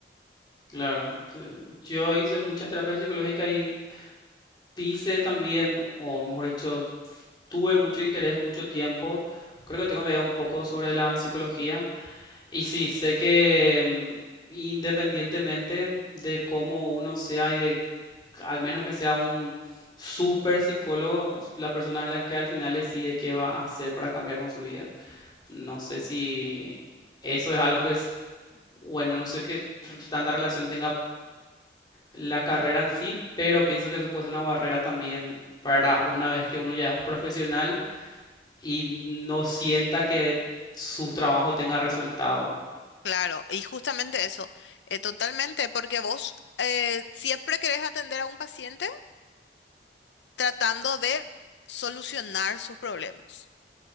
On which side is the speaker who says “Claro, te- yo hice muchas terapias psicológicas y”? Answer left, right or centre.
Left